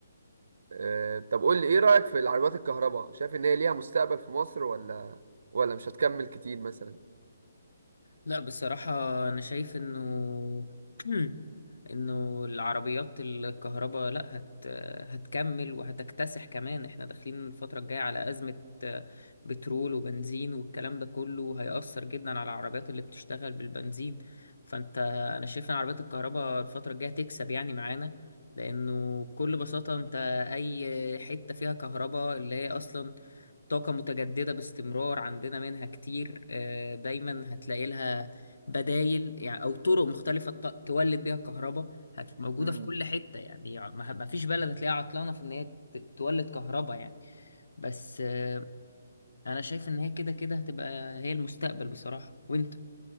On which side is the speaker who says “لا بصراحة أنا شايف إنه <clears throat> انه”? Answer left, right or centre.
Left